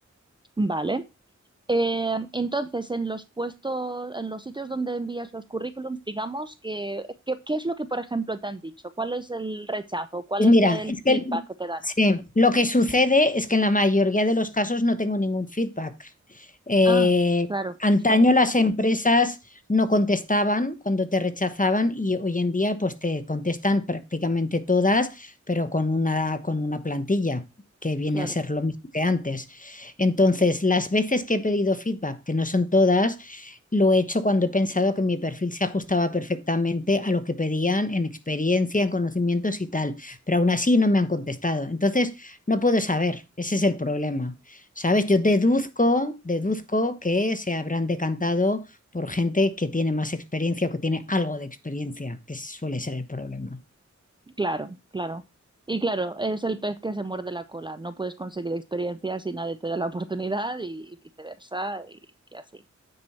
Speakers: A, on the right; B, on the left.
A: Vale. Eh, entonces, en los puestos, en los sitios donde envías los currículums, digamos que, que- ¿qué es lo que, por ejemplo, te han dicho? ¿Cuál es el rechazo? ¿Cuál
B: Pues
A: es
B: mira,
A: el
B: es
A: feedback
B: que
A: que te dan?
B: sí, lo que sucede es que en la mayoría de los casos no tengo ningún feedback. Eh,
A: Ah, claro,
B: antaño las empresas no contestaban cuando te rechazaban y hoy en día pues te contestan prácticamente todas, pero con una, con una plantilla que viene
A: claro,
B: a ser lo mismo que antes. Entonces, las veces que he pedido feedback, que no son todas, lo he hecho cuando he pensado que mi perfil se ajustaba perfectamente a lo que pedían en experiencia, en conocimientos y tal pero aún así no me han contestado. Entonces, no puedo saber, ese es el problema. ¿Sabes? Yo deduzco, deduzco que se habrán decantado por gente que tiene más experiencia o que tiene algo de experiencia, que suele ser el problema.
A: claro, claro. Y claro, es el pez que se muerde la cola. No puedes conseguir experiencia si nadie te da la oportunidad y, y viceversa y, y así.